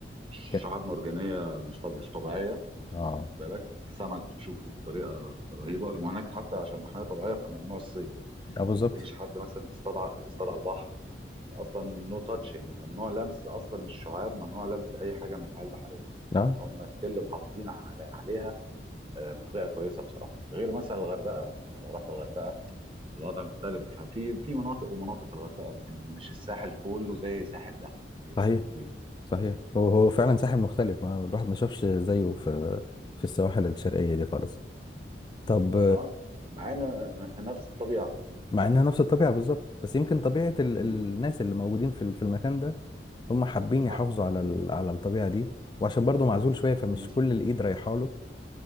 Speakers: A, on the right; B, on the left.
A: شعاب
B: كان
A: مرجانيه مش طب- مش طبيعيه
B: اه
A: واخد بالك السمك بتشوفه بطريقه رهيبه وهناك حتى عشان محميه طبيعيه فممنوع الصيد
B: اه بالظبط
A: ما تلاقيش حد مثلا بيصطاد ع- بيصطاد على البحر اصلا نو تاتش يعني ممنوع لمس اصلا الشعاب ممنوع لمس اي حاجه من الحياه البحريه
B: اه
A: ان هم ستيل محافظين على عليها آه، بطريقه كويسه بصراحه غير مثلا الغردقه يعني لو رحت الغردقه الوضع مختلف في في مناطق ومناطق في الغردقه لكن مش الساحل كله زي ساحل ده يفرق
B: صحيح
A: كتير
B: صحيح هو هو فعلا ساحل مختلف ما الواحد ما شافش زيه في في السواحل الشرقية دي خالص طب
A: اه معانا نفس الطبيعه
B: مع
A: طب-
B: انها نفس الطبيعه بالظبط بس يمكن طبيعه ال...
A: مم.
B: الناس اللي موجودين في ال- في المكان ده هم حابين يحافظوا
A: اه
B: على
A: و-
B: ال... على الطبيعه دي وعشان برضه معزول شويه فمش
A: مظ-
B: كل الايد رايحه له